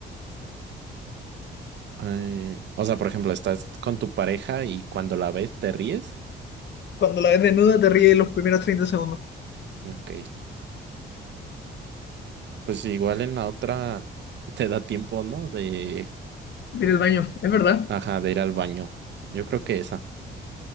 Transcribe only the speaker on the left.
Cuando la ves desnuda te ríes los primeros 30 segundos.
Mira el baño, es verdad.